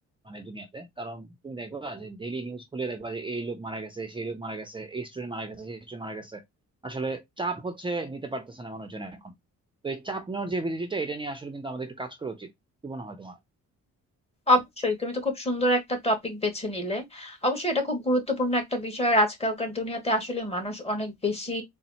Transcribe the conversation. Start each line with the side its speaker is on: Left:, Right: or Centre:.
Right: মানে দুনিয়াতে কারণ তুমি দেখবা যে ডেইলি নিউজ খুলে দেখবা যে এই লোক মারা গেছে সেই লোক মারা গেছে এই স্টুডেন্ট মারা গেছে সেই স্টুডেন্ট মারা গেছে আসলে চাপ হচ্ছে নিতে পারতেছে না মানুষজন এখন তো এই চাপ নেওয়ার যে এবিলিটিটা এটা নিয়ে আসলে কিন্তু আমাদের একটু কাজ করা উচিত কি মনে হয় তোমার
Left: অবশ্যই তুমি তো খুব সুন্দর একটা টপিক বেছে নিলে অবশ্যই এটা খুব গুরুত্বপূর্ণ একটা বিষয় আর আজকালকার দুনিয়াতে আসলে মানুষ অনেক বেশি